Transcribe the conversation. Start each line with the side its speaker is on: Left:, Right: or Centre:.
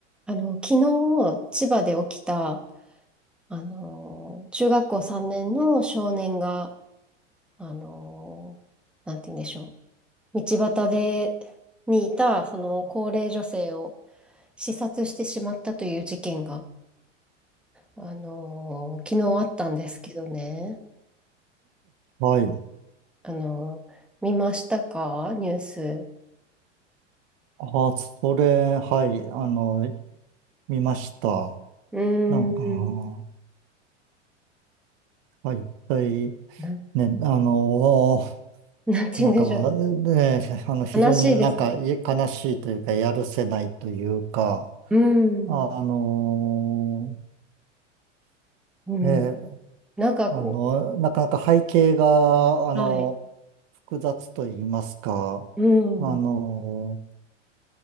Centre: あの、昨日、千葉で起きた、あの、中学校3年の少年が、あの、なんて言うんでしょう。道端で、にいた、その高齢女性を刺殺してしまったという事件が、あの、昨日あったんですけどね。
Right: はい。
Centre: あの、見ましたかニュース。
Right: あ、それ、はい。あの、見ました。
Centre: うーん、
Right: なんか、はい。一体、
Centre: なん、
Right: ね、あの、
Centre: なんて言うんでしょうね。
Right: なんか、ね、あの、非常になんかい悲しいというか、
Centre: 悲しいです。
Right: やるせないというか、
Centre: うーん、
Right: あの、
Centre: うん。
Right: ね、
Centre: なんか、
Right: あの、なかなか背景が、あの、
Centre: はい。
Right: 複雑と言いますか、
Centre: うん。
Right: あの、